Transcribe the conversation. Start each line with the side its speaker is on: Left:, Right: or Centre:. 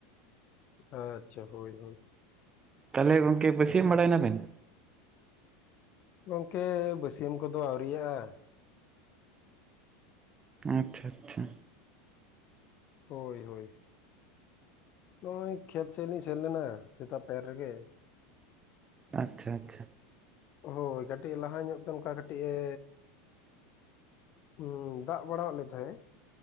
Left: ᱟᱪᱪᱷᱟ ᱦᱳᱭ ᱦᱳᱭ
Right: ᱛᱟᱞᱦᱮ ᱜᱚᱝᱠᱮ ᱵᱟᱥᱹᱭᱟᱢ ᱵᱟᱲᱟᱭ ᱱᱟ ᱵᱮᱱ?
Left: ᱜᱚᱝᱠᱮ ᱵᱟᱹᱥᱭᱟᱹᱢ ᱠᱚᱫᱚ ᱟᱹᱣᱨᱤᱭᱟᱜᱼᱟ᱾
Right: ᱟᱪᱪᱷᱟ ᱟᱪᱪᱷᱟ᱾
Left: ᱦᱳᱭ ᱦᱳᱭ᱾ ᱱᱚᱜᱼᱚᱭ ᱠᱷᱮᱛ ᱥᱮᱫ ᱞᱤᱧ ᱥᱮᱱ ᱞᱮᱱᱟ ᱥᱮᱛᱟᱜ ᱯᱟᱭᱟᱨ ᱨᱮᱜᱮ᱾
Right: ᱟᱪᱪᱷᱟ ᱟᱪᱪᱷᱟ
Left: ᱦᱳᱭ ᱠᱟᱹᱴᱤᱡ ᱞᱟᱦᱟ ᱧᱚᱜ ᱛᱮ ᱚᱱᱠᱟ ᱠᱟᱹᱴᱤᱡ ᱮ ᱦᱩᱸ ᱫᱟᱜ ᱵᱟᱲᱟ ᱟᱫ ᱞᱮ ᱛᱟᱦᱮᱸᱜ,